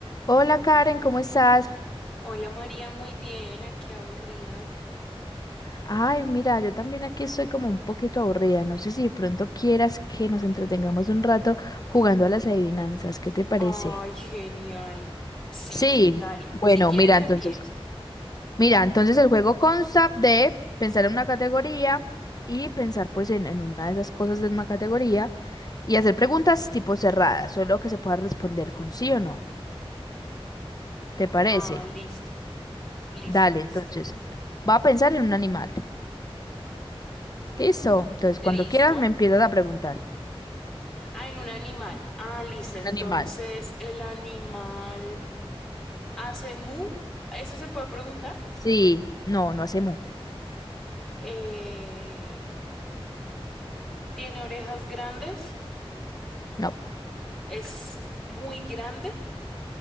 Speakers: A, on the left; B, in the centre.
A: Hola Karen, ¿cómo estás?
B: Hola María, muy bien, aquí aburrida.
A: Ay, mira, yo también aquí estoy como un poquito aburrida. No sé si de pronto quieras que nos entretengamos un rato jugando a las adivinanzas. ¿Qué te parece?
B: Ay, genial. Sí,
A: Sí,
B: dale.
A: Bueno,
B: Si quieres
A: mira,
B: empiezo.
A: entonces, mira, entonces el juego consta de pensar en una categoría y pensar pues en, en una de esas cosas de una categoría y hacer preguntas tipo cerradas, solo que se pueda responder con sí o no. ¿Te parece?
B: Ah, listo, listo,
A: Dale,
B: listo.
A: entonces, va a pensar en un animal. Listo. Entonces,
B: Listo.
A: cuando quieras me empiezas a preguntar.
B: Ah, en un animal. Ah, listo.
A: en
B: Entonces,
A: un animal.
B: ¿el animal hace mu? ¿Eso se puede preguntar?
A: Sí, no, no hace mu.
B: Eh, ¿tiene orejas grandes?
A: No.
B: ¿Es muy grande?